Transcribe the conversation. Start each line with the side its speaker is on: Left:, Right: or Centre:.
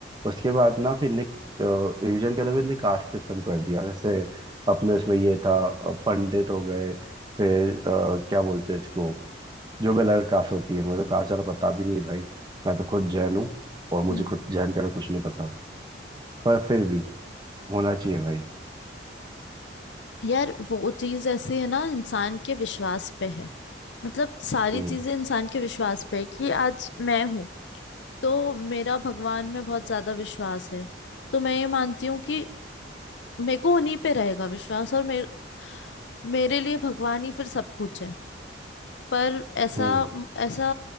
Right: उसके बाद ना फिर ने रीजन के अलावा ने कास्ट सिस्टम कर दिया जैसे अपने इसमें ये था अ, पंडित हो गए फिर अ, क्या बोलते हैं इसको जो भी अलग कास्ट होती है मुझे तो कास्ट ज़्यादा पता भी नहीं है भाई मैं तो खुद जैन हूँ और मुझे
Left: हम्म हम्म।
Right: खुद जैन के अलावा कुछ नहीं पता पर फिर भी होना चाहिए भाई
Left: यार वो चीज ऐसी है ना इंसान के विश्वास पे है मतलब सारी
Right: हम्म
Left: चीजें इंसान के विश्वास पे है कि आज मैं हूँ तो मेरा भगवान में बहुत ज्यादा विश्वास है तो मैं ये मानती हूँ कि मेरे को उन्हीं पे रहेगा विश्वास और मेरे मेरे लिए भगवान ही फिर सब कुछ है पर ऐसा
Right: हम्म
Left: ऐसा